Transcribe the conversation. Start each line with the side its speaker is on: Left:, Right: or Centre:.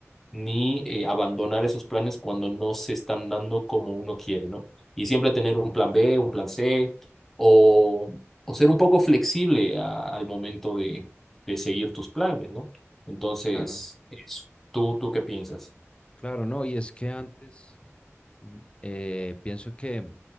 Centre: ni eh, abandonar esos planes cuando no se están dando como uno quiere, ¿no? Y siempre tener un plan B, un plan C, o, o ser un poco flexible a- al momento de, de seguir tus planes, ¿no? Entonces,
Left: Claro,
Centre: eso. ¿Tú, tú qué piensas?
Left: claro, no. Y es que antes... Mm, eh, pienso que